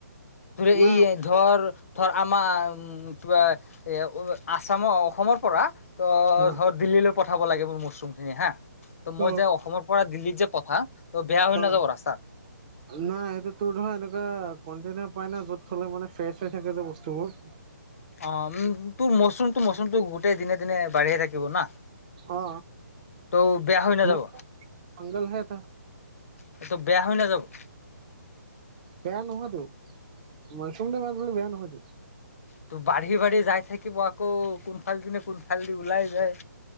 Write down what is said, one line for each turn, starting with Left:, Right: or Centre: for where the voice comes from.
Left: ত
Right: নাই
Left: এই ধৰ ধৰা <unintelligible> পঠাব লাগে
Right: অ
Left: মোৰ মছচৰুমখিনি হাঁ ত মই
Right: অ
Left: যে অসমৰ পৰা দিল্লীত যে পঠা ত বেয়া হৈ
Right: অ
Left: নাযাব ৰাস্তা
Right: নাই সেইটো তোৰ হয় এনেকুৱা কণটেনা উপায় নাই য'ত থলে মানে ফ্ৰেছ হৈ থাকে যে বস্তুবোৰ
Left: অ উম তোৰ মচৰুমটো মচৰুমতটো গোটেই দিনে দিনে বাঢ়িয়ে থাকিব না
Right: অ
Left: তৌ বেয়া হৈ নাযাব
Right: মই ফাংগালহে এটা
Left: তটো বেয়া হৈ নাযাব
Right: বেয়া নহয়তো মাছৰুম নে মানছলে বেয়া নহয়তো
Left: ত বাঢ়ি বাঢ়ি যাই থাকিব আকৌ কোনফালদি নে কোনফালদি ওলাই যায়